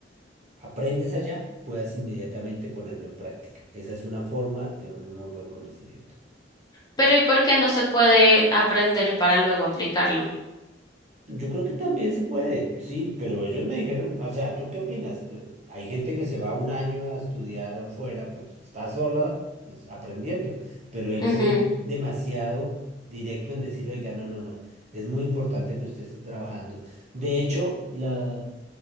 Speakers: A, on the right (about 40°); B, on the left (about 20°).
A: aprendes allá puedas inmediatamente ponerlo en práctica. Esa es una forma de un muy buen conocimiento.
B: Pero ¿y por qué no se puede aprender para luego aplicarlo?
A: Yo creo que también se puede, sí, pero ellos me dijeron, o sea, ¿tú qué opinas? Eh, Hay gente que se va un año a estudiar afuera, pues está sola pues, aprendiendo, pero él
B: Ujú.
A: fue demasiado directo en decir, oiga, no, no, no, es muy importante que usted esté trabajando. De hecho, la,